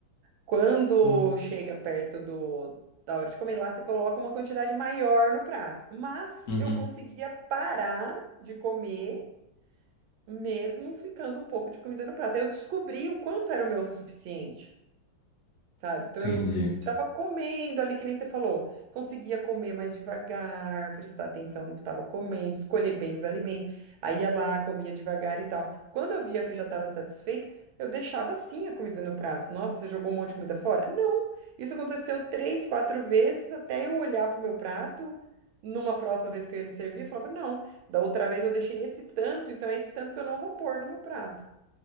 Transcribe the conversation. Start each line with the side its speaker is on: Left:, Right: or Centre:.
Right: Quando
Left: Hum.
Right: chega perto do, da hora de comer lá, você coloca uma quantidade maior no prato. Mas
Left: Uhum.
Right: eu conseguia parar de comer mesmo ficando um pouco de comida no prato. Eu descobri o quanto era o meu o suficiente sabe? Então
Left: Entendi.
Right: eu tava comendo ali, que nem você falou, conseguia comer mais devagar, prestar atenção no que estava comendo, escolher bem os alimentos, aí ia lá, comia devagar e tal. Quando eu via que eu já estava satisfeita, eu deixava sim a comida no prato. Nossa, você jogou um monte de comida fora? Não! Isso aconteceu três, quatro vezes até eu olhar para o meu prato. Numa próxima vez que eu ia me servir, eu falava, não, da outra vez eu deixei esse tanto, então é esse tanto que eu não vou pôr no meu prato.